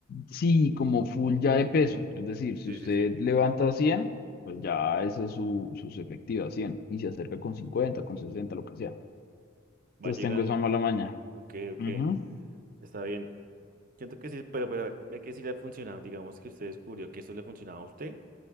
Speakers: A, on the left; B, on the right.
A: sí, como full ya de peso.
B: Ujú.
A: Es decir, si
B: Sí,
A: usted
B: sí, sí.
A: levanta cien pues ya ese es su, sus efectivas cien y se acerca con cincuenta con sesenta lo que sea. Entonces
B: Va llegando.
A: tengo esa mala
B: Ujú,
A: maña.
B: ujú. Ok, ok.
A: Ujú,
B: Está bien. Siento que sí, pero, pero ve que sí le ha funcionado. Digamos que usted descubrió que eso le funcionaba a usted